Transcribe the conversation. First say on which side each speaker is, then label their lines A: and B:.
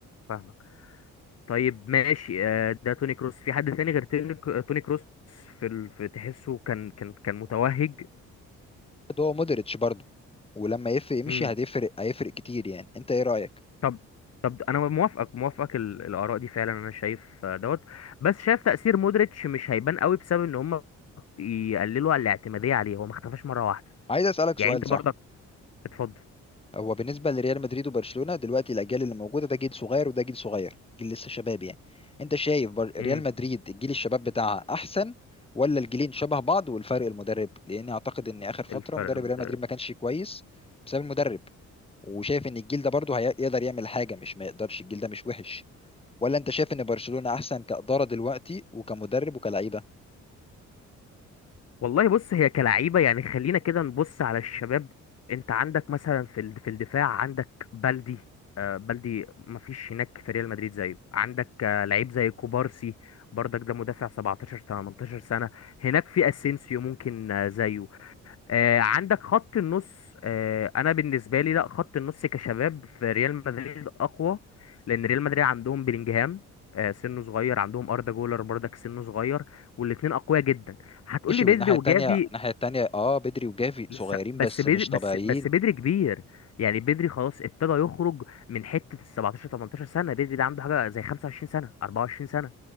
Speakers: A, on the left (about 55°); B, on the left (about 20°).
A: فاهمك طيب ماشي آه ده توني كروس في حد تاني غير توني توني كروس في, ال... في تحسه كان كان كان متوهج
B: ده هو مودريتش برضه ولما يفرق يمشي
A: مم.
B: هتفرق هيفرق كتير يعني انت ايه رأيك
A: طب طب انا موافقك موافقك ال- الاراء دي فعلا انا شايف آه، دوت بس شايف تأثير مودريتش مش هيبان قوي بسبب ان هم يقللوا على الاعتمادية عليه هو ما اختفاش مرة واحدة
B: عايز اسألك سؤال
A: يعني انت برضك
B: صح
A: اتفضل
B: هو بالنسبة لريال مدريد وبرشلونة دلوقتي الأجيال اللي موجودة ده جيل صغير وده جيل صغير جيل لسه شباب يعني أنت شايف بر... ريال
A: امم
B: مدريد الجيل الشباب بتاعها أحسن ولا الجيلين شبه بعض والفرق المدرب لأني أعتقد إن آخر فترة
A: الفرق
B: مدرب
A: المدرب
B: ريال مدريد ما كانش كويس بسبب المدرب وشايف إن الجيل ده برضه هيقدر يعمل حاجة مش ما يقدرش الجيل ده مش وحش ولا انت شايف ان برشلونة احسن كإدارة دلوقتي وكمدرب وكلعيبة
A: والله بص هي كلعيبة يعني خلينا كده نبص على الشباب انت عندك مثلا في الد- في الدفاع عندك بلدي آه بلدي ما فيش هناك في ريال مدريد زيه عندك آه لعيب زي كوبارسي برضك ده مدافع 17 18 سنة هناك في اسينسيو ممكن آه زيه آه، عندك خط النص آه، انا بالنسبه لي لا خط النص كشباب في ريال مدريد اقوى لان ريال مدريد عندهم بلينجهام آه، سنه صغير عندهم اردا جولر برضك سنه صغير والاثنين اقوياء جدا هتقول
B: ماشي
A: لي
B: والناحية
A: بدري وجافي
B: التانية الناحية التانية اه بدري وجافي
A: لسه
B: صغيرين
A: بس
B: بس
A: بدري
B: مش
A: بس
B: طبيعيين
A: بس بدري كبير يعني بدري خلاص ابتدى يخرج من حته ال 17 18 سنه بدري ده عنده حاجه زي 25 سنه 24 سنه